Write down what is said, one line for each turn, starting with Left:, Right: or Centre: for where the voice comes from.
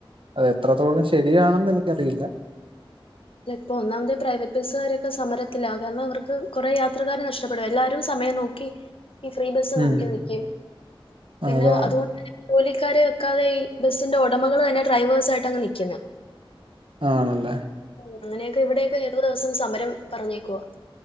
Right: അത് എത്രത്തോളം ശരിയാണെന്ന് എനിക്കറിയില്ല
Left: അല്ല ഇപ്പൊ ഒന്നാമത് പ്രൈവറ്റ് ബസ്സുകാരൊക്കെ സമരത്തിലാ കാരണം അവർക്ക് കുറെ യാത്രക്കാര് നഷ്ടപ്പെടും എല്ലാവരും സമയം നോ ക്കി ഈ ഫ്രീ ബസ്
Right: ഉം
Left: നോക്കി നിക്കും പിന്നെ
Right: അതാണ്
Left: അതുകൊണ്ട് ജോലിക്കാരെ വെക്കാതെ ഈ ബസിന്റെ ഒടമകൾ തന്നെ ഡ്രൈവേഴ്സ് ആയിട്ട് അങ് നിക്കുന്നേ
Right: ആണല്ലേ
Left: ഓ അങ്ങനെയൊക്കെ ഇവിടെയൊക്കെ ഏത് ദേവസം സമരം പറഞ്ഞേക്കുവ